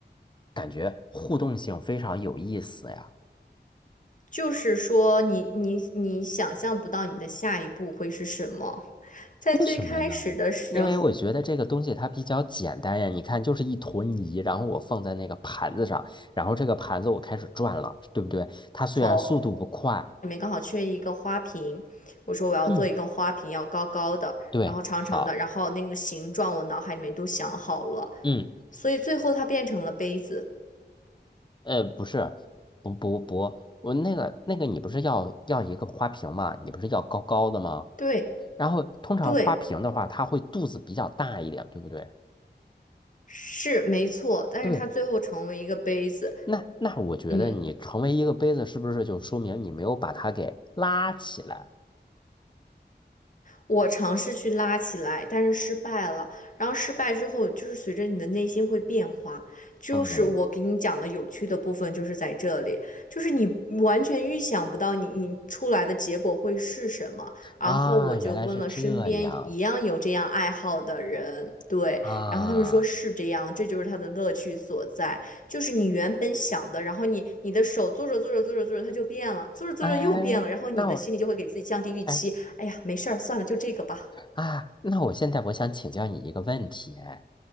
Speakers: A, on the left; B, on the left.
A: 感觉互动性非常有意思呀？
B: 就是说你，你你想象不到你的下一步会是什么。在最开始的时
A: 为什么呢？因为我觉得这个东西它比较简单呀，你看就是一坨泥，然后我放在那个盘子上，然后这个盘子我开始转了，对不对？它虽然速度不快，
B: 候，里面刚好缺一个花瓶，我说我要做一个花瓶，
A: 嗯，
B: 要高高的，
A: 对，
B: 然后长长的，
A: 好，
B: 然后那个形状我脑海里面都想好了，
A: 嗯。
B: 所以最后它变成了杯子。
A: 呃，不是，不不不，我那个那个，你不是要要一个花瓶嘛？你不是要高高的吗？
B: 对
A: 然后通常花瓶的话，
B: 对，
A: 它会肚子比较大一点，对不对？
B: 是没错，但是它最后成为一个杯子，
A: 对，那那我觉得你成为一个杯子，
B: 嗯。
A: 是不是就说明你没有把它给拉起来？
B: 我尝试去拉起来，但是失败了。然后失败之后，就是随着你的内心会变化。就是我给你讲的有趣的部分，
A: 嗯，
B: 就是在这里，就是你完全预想不到你你出来的结果会是什么。然后我就问了身边一样有这样爱好的人，
A: 啊，原来是这样
B: 对，
A: 啊，
B: 然后他们说是这样，这就是他的乐趣所在。就是你原本想的，然后你你的手做着做着做着做着，它就变了，做着做着又变了，
A: 哎，
B: 然后你的心里就会给自己降低预期，
A: 那我，哎
B: 哎呀，没事儿，算了，就这个吧。
A: 啊，那我现在我想请教你一个问题，哎。